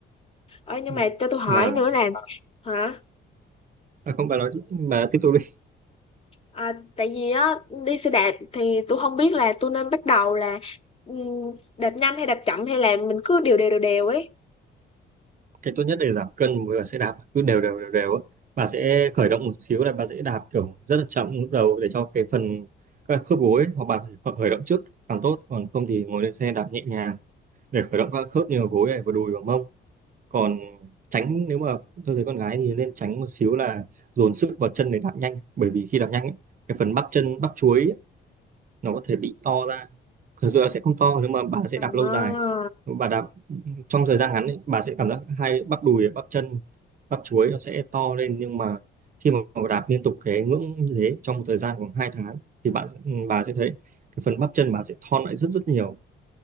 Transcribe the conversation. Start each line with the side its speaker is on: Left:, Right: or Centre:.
Left: ờ, nhưng
Right: Đúng
Left: mà
Right: rồi.
Left: cho tôi hỏi
Right: mà
Left: nữa là hả
Right: à không bà nói đi, bà tiếp tục đi
Left: à, tại vì á đi xe đạp thì tôi không biết là tôi nên bắt đầu là ừm, đạp nhanh hay đạp chậm hay là mình cứ đều đều đều đều ấy
Right: cái tốt nhất để giảm cân với cả sẽ đạp cứ đều đều đều đều á bà sẽ khởi động một xíu là bà sẽ đạp kiểu rất là chậm lúc đầu để cho cái phần các khớp gối hoặc bà phải khởi khởi động trước càng tốt còn không thì ngồi lên xe đạp nhẹ nhàng để khởi động các khớp như là gối này và đùi và mông còn tránh nếu mà tôi thấy con gái thì nên tránh một xíu là dồn sức vào chân để đạp nhanh bởi vì khi đạp nhanh ấy, cái phần bắp chân bắp chuối ấy, nó có thể bị to ra thực sự là sẽ không to nhưng mà bà sẽ
Left: à,
Right: đạp lâu dài bà đạp trong thời gian ngắn ấy, bà sẽ cảm giác hai bắp đùi bắp chân bắp chuối nó sẽ to lên nhưng mà khi mà bà đạp liên tục cái ngưỡng như thế trong một thời gian khoảng 2 tháng thì bạn bà sẽ thấy cái phần bắp chân bà sẽ thon lại rất rất nhiều